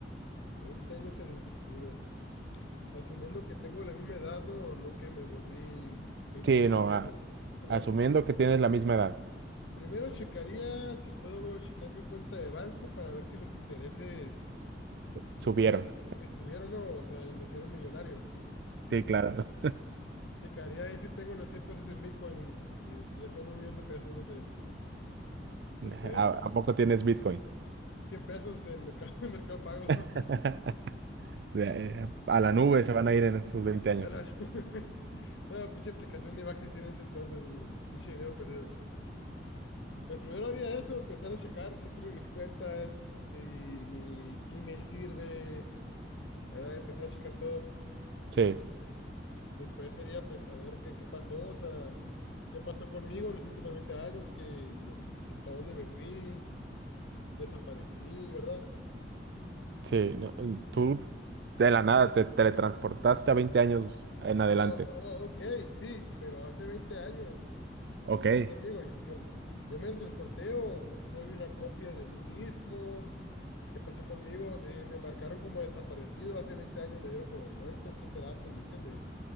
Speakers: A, on the left; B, on the right.
A: 20 años en el futuro. Asumiendo que tengo la misma edad, no, no que me volví 20
B: Sí,
A: años
B: no,
A: más viejo,
B: a-
A: ¿verdad?
B: asumiendo que tienes la misma edad.
A: Primero checaría si puedo checar mi cuenta de banco para ver si los intereses
B: Subieron.
A: eh, me subieron o no, o sea, y me hicieron millonario.
B: Sí, claro.
A: Checaría ahí si tengo los 100 pesos en Bitcoin, eh, si ya son un millón de pesos, no sé.
B: <laughs>
A: Después,
B: ¿A, a poco tienes Bitcoin?
A: 100 pesos en Mercado, <laughs> en mercado Pago.
B: <laughs>
A: <laughs>
B: De- eh, a la nube se van a ir en esos veinte años.
A: A la- <laughs> No, pinche aplicación ni va a existir en ese entonces, pinche dinero perdido. Pues primero haría eso, empezar a checar si sirven mis cuentas, si mi Gmail sirve, ¿verdad? Empezar a checar todo.
B: Sí,
A: Después sería pues saber qué, qué pasó, o sea, qué pasó conmigo en los últimos 20 años, que, no, para dónde me fui, desaparecí, ¿verdad?
B: sí. no, tú de la nada te teletransportaste a 20 años en adelante.
A: Sí, o- o- ok, sí, pero hace 20 años,
B: Ok.
A: ¿qué pasó conmigo? Yo, yo, yo me transporté o f- soy una copia de mí mismo, ¿Qué pasó conmigo? Eh, me marcaron como desaparecido, hace 20 años me dieron como muerto, ¿qué será? Pues, ¿me entiendes?